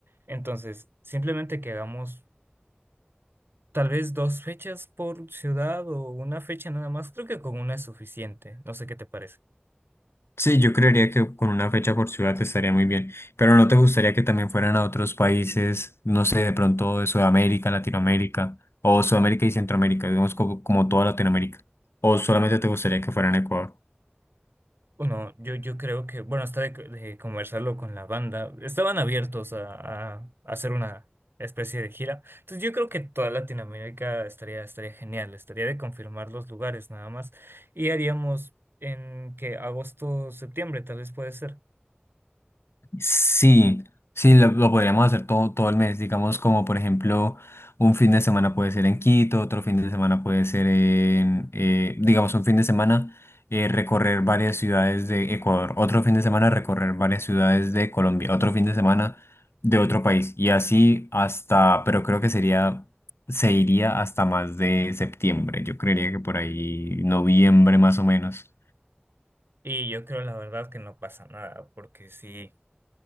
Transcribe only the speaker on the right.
Entonces, simplemente que hagamos tal vez dos fechas por ciudad o una fecha nada más, creo que con una es suficiente. No sé qué te parece.
Bueno, yo, yo creo que, bueno, hasta de, de conversarlo con la banda, estaban abiertos a, a hacer una especie de gira. Entonces yo creo que toda Latinoamérica estaría, estaría genial, estaría de confirmar los lugares nada más. Y haríamos en que agosto, septiembre tal vez puede ser.
Y yo creo la verdad que no pasa nada, porque si,